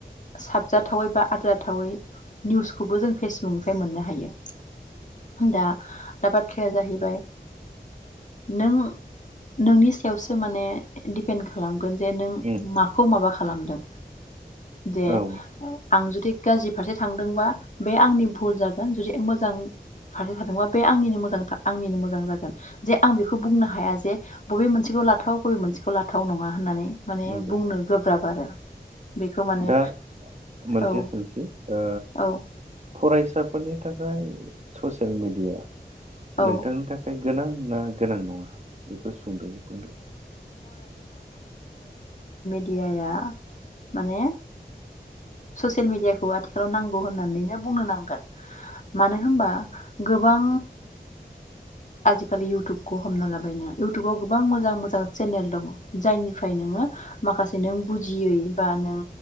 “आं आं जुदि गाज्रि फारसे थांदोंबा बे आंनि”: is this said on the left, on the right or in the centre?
Left